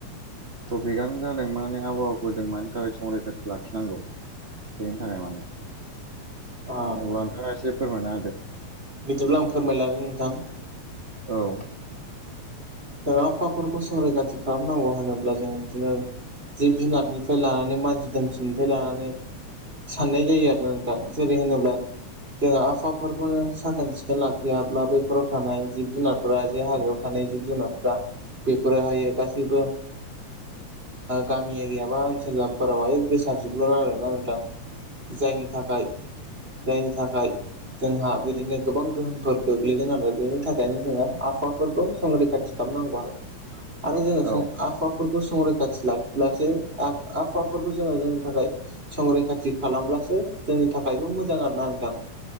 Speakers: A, on the right; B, on the right.
A: टपिकआनो जादों माने आबहावाखौ जों मानि थाखाय संरैखाथि लाखिनांगौ बेनि थाखाय माने
B: ओ
A: अब्ला नोंथाङा एसे फोरमायना होदो
B: बिदिब्ला आं फोरमायलांनि नोंथां
A: औ
B: जों आ आबहावाफोरखौ संरैखाथि खालामनांगौ होनोब्ला जोंङ बिदिनो जिब जुनारनिफ्राय लानानै मानसि दोमसिनिफ्राय लानानै साननाय जायो आरो ना नोंथां जेरै होनोब्ला जोङो आबाहावफोरखौनो साखोन सिखोन लाखियाब्ला बैफोराव थानाय जिब जुनार ओमफाय जे हाग्रायाव थानाय जिब जुनार बेफोरोहायो गासैबो गामि एरिया बा ओनसोल फोरावहाय गोसारजोबगोन आरोना नोंथां जायनि थाखाय जायनि थाखाय जोंहा बिदिनो गोबां गोहोमफोर गोग्लैगोन आरो बेनि थाखायनो जोङो आबहावाफोरखौ संरैखाथि खालामनांगौ आरो आरो जोङो
A: औ
B: आफाफोरखौ संरैखाथि लाखिब्लासो आबहावा जोङो जोंनि थाखाय संरैखाथि खालामब्लासो जोंनि थाखायबो मोजां आर ना नोंथां